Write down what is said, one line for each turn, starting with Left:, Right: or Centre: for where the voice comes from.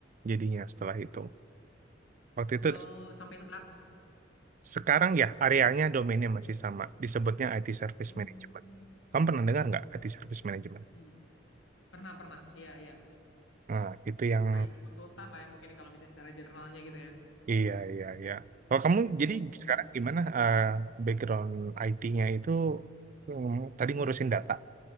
Right: jadinya setelah itu waktu itu
Left: Oh, sampai sekarang.
Right: sekarang ya areanya domainnya masih sama disebutnya IT Service
Left: Hmm.
Right: Management kamu pernah dengar nggak IT Service Management
Left: Iya. Pernah, pernah. Iya, iya.
Right: nah itu yang
Left: IT konsultan lah ya mungkin kalau misalnya secara generalnya gitu ya.
Right: iya iya iya kalau kamu jadi
Left: Hmm.
Right: sekarang gimana eh, background IT-nya itu mm, tadi ngurusin data